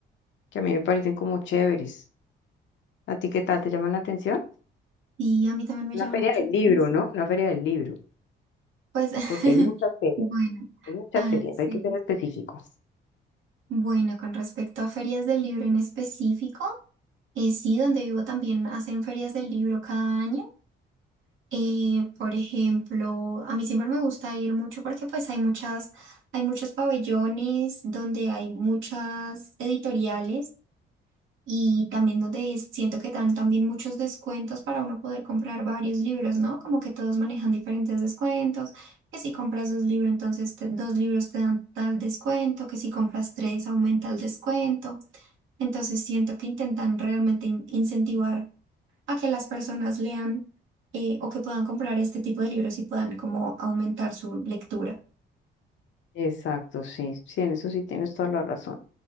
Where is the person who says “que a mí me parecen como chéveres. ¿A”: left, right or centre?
Left